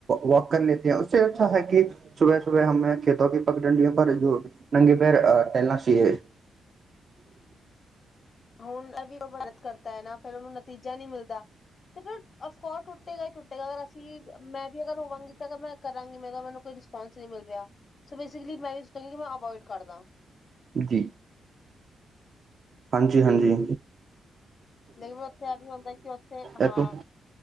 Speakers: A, on the right; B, on the left.
A: ਵਾਕ ਕਰਨੇ ਸੇ ਉਸੇ ਅੱਛਾ ਹੈ ਕਿ ਸੁਬਹ ਸੁਬਹ ਖੇਤੋਂ ਕੀ ਪਗ ਡੰਡੀ ਪਰ ਨੰਗੇ ਪੈਰ ਟਹਿਲ ਨਾ ਚਾਹੀਏ।
B: ਹੁਣ ਇਹ ਉਹਤ ਕਰਤਾ ਹੈ ਨਾ ਫ਼ਿਰ ਉਹਨੂੰ ਤੀਜਾ ਨੀ ਮਿਲਦਾ ਤੇ ਫਿਰ ਅਫਕੋਰਸ ਟੁੱਟੇਗਾ ਹੀ ਟੁੱਟੇਗਾ। ਅਗਰ ਅਸੀਂ ਮੈਂ ਵੀ ਅਗਰ ਹੋਵਾਂਗੀ ਤਾਂ ਮੈਂ ਕਰਾਂਗੀ। <inaudible> ਰੇਸਪੋਂਸ ਨਈ ਮਿਲ ਰਿਹਾ। ਸੌ ਬੇ ਸੀਕਲੀ ਮੈ ਇਸ ਗੱਲ ਨੂੰ ਅਵੋਈਡ ਕਰਦਾ।
A: ਜੀ। ਹਾਂਜੀ, ਹਾਂਜੀ।
B: ਲੇਕਿਨ ਉੱਥੇ ਇਹ ਵੀ ਹੁੰਦਾ ਕਿ ਉੱਥੇ ਹਾਂ
A: ਇਹ ਤੋਂ